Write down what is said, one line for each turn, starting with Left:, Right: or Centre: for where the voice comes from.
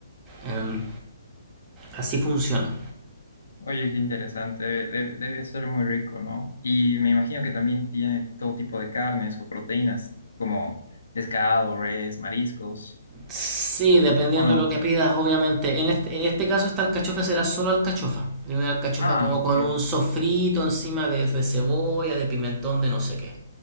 Right: Em, así funciona.
Left: Oye, qué interesante, debe, debe- ser muy rico, ¿no? Y me imagino que también tiene todo tipo de carnes o proteínas, como pescado, res, mariscos,
Right: Sí, dependiendo
Left: ¿o no?
Right: de lo que pidas, obviamente. En este, en este caso, esta alcachofa será solo alcachofa. Y Una alcachofa
Left: Ah,
Right: como
Left: ok.
Right: con un sofrito encima de, de cebolla, de pimentón, de no sé qué.